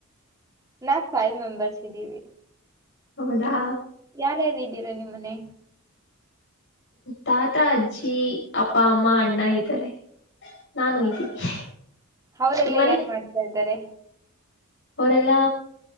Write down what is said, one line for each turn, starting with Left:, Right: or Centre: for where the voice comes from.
Right: ನಾಕ್ ಫೈವ್ ಮೆಂಬರ್ಸ್ ಇದ್ದೀವಿ
Left: ಹೌದಾ
Right: ಯಾರ ಯಾರು ಇದ್ದೀರಾ ನಿಮ್ಮನೆ
Left: ತಾತ ಅಜ್ಜಿ ಅಪ್ಪ ಅಮ್ಮ ಅಣ್ಣ ಇದ್ದಾರೆ ನಾನು
Right: ಹಾ
Left: ಇದ್ದೀನಿ
Right: ಅವರೆಲ್ಲ
Left: ನಿಮ್ಮನೆ
Right: ಏನ್ ಮಾಡ್ತಾ ಇದಾರೆ
Left: ಅವರೆಲ್ಲಾ